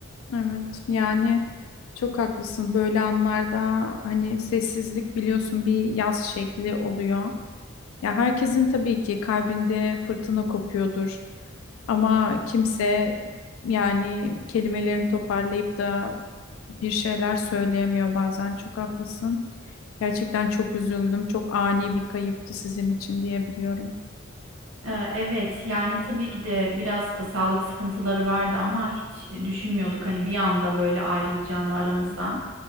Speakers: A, on the left; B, on the right.
A: evet yani çok haklısın. Böyle anlarda hani sessizlik biliyorsun bir yaz şekli oluyor. Ya herkesin tabii ki kalbinde fırtına kopuyordur. Ama kimse yani kelimelerini toparlayıp da bir şeyler söyleyemiyor bazen. Çok haklısın. Gerçekten çok üzüldüm. Çok ani bir kayıptı sizin için diyebiliyorum.
B: Ee, Evet yani tabii ki de biraz e, sağlık sıkıntıları vardı ama hiç e, düşünmüyorduk hani bir anda böyle ayrılacağını aramızdan.